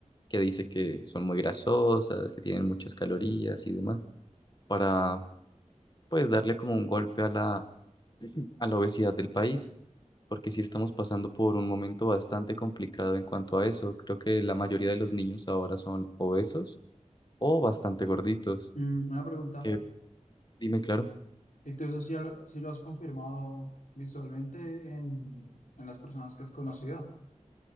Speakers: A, on the left (about 35°); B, on the left (about 80°).
A: que dice que son muy grasosas, que tienen muchas calorías y demás, para pues darle como un golpe a la, a la obesidad del país, porque sí estamos pasando por un momento bastante complicado en cuanto a eso. Creo que la mayoría de los niños ahora son obesos o bastante gorditos.
B: Mm, una pregunta,
A: Que, dime, claro.
B: ¿y tú eso sí, lo sí lo has confirmado visualmente en, en las personas que has conocido?